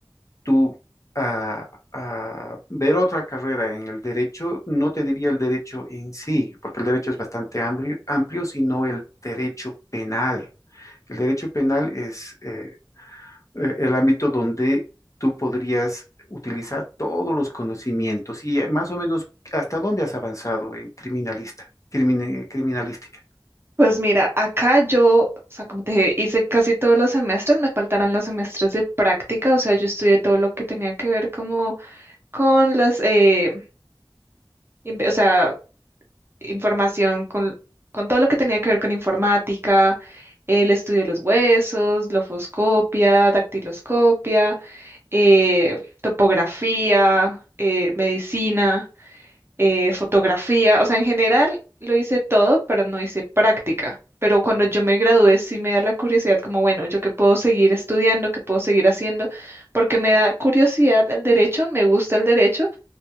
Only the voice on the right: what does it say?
Pues mira, acá yo, o sea, como te dije, hice casi todos los semestres, me faltaron los semestres de práctica, o sea, yo estudié todo lo que tenía que ver como con las, eh, inve- o sea, información, con, con todo lo que tenía que ver con informática, el estudio de los huesos, lofoscopia, dactiloscopia, eh, topografía, eh, medicina, eh, fotografía, o sea, en general lo hice todo, pero no hice práctica. Pero cuando yo me gradué sí me da la curiosidad como, bueno, yo qué puedo seguir estudiando, qué puedo seguir haciendo, porque me da curiosidad el derecho, me gusta el derecho,